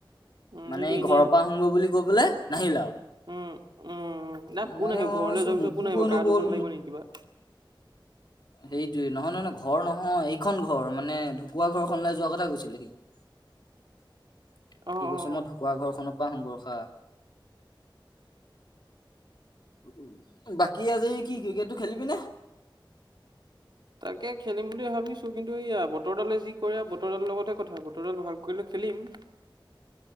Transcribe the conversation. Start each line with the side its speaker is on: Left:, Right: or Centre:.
Right: উম
Left: মানে
Right: সেইটো
Left: এই
Right: এনেই
Left: ঘৰৰ পৰা আহুগ বুলি কৈপেলাই নাহিলে আৰু।
Right: উম, উম, উম, ন কোন
Left: মানে
Right: আহিব
Left: মই
Right: ঘৰলৈ
Left: ভাবিছো
Right: যোৱাৰ
Left: মোকো
Right: পিছত কোন আহিব
Left: কৈ নগ'ল
Right: গা ধুব নালাগিব নে কিবা।
Left: সেইটোয়ে নহয় নহ মানে ঘৰ নহয় এইখন ঘৰ মানে ঢুকুৱা ঘৰখনলৈাই যোৱা কথা কৈছিলে সি লয় সি
Right: অ
Left: কৈছে
Right: অ
Left: মই ঢকুৱা ঘৰখনৰ পৰা আহোগৈ উ বাকী আজি কি ক্ৰিকেটটো খেলিবিনে?
Right: তাকে খেলিম বুলি ভাবিছো কিন্তু এইয়া বতৰডালে যি কৰে বতৰ ডালৰ লগতে কথা বতৰডাল ভাল কৰিলে খেলিম।